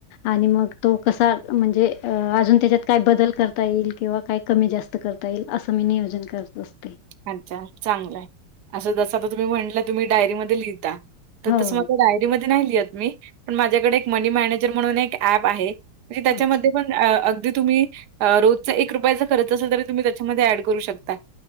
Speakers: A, on the left; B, on the right.
A: आणि मग तो कसा म्हणजे अ अजून त्याच्यात काय बदल करता येईल किंवा काही कमी जास्त स्त करता येईल असं मी नियोजन करत असते.
B: अच्छा चांगला आहे, असं जसं आता तुम्ही म्हंटलं तुम्ही डायरी मध्ये लिहिता तर
A: हो.
B: तसं माझ डायरीमध्ये नाही लिहत मी, पण माझ्याकडे एक मनी मॅनेजर म्हणून एक ऍप आहे. म्हणजे त्याच्यामध्ये
A: अच्छा.
B: पण अं अगदी तुम्ही रोजचं एक रुपयाचा करत असाल तरी, तुम्ही त्यामध्ये ऍड करू शकता.